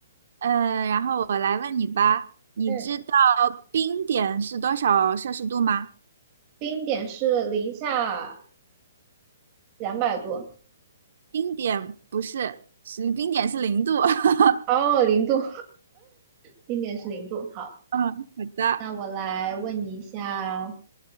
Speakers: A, on the right; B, on the right.
A: 呃，然后我来问你吧，你知道
B: 嗯，
A: 冰点是多少摄氏度吗？
B: 冰点是零下两百度，
A: 冰点不是，是冰点是零度。<laughs>
B: 哦，零度，冰点是零度。好，
A: 嗯，好的。
B: 那我来问你一下，